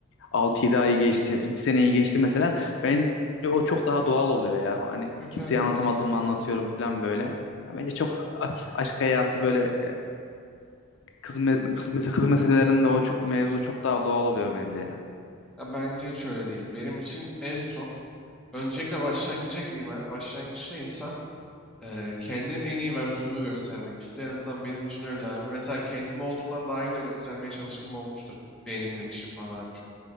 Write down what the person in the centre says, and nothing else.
Yok
abi
ben
Ya bence hiç öyle değil. Benim için en son, öncelikle başlangıca gireyim ha. Başlangıçta insan Eee, kendinin en iyi versiyonu göstermek istiyor. En azından benim için öyle abi. Mesela kendim olduğumdan daha iyi bile göstermeye çalıştığım olmuştur. Beğenilmek için falan abi çünkü.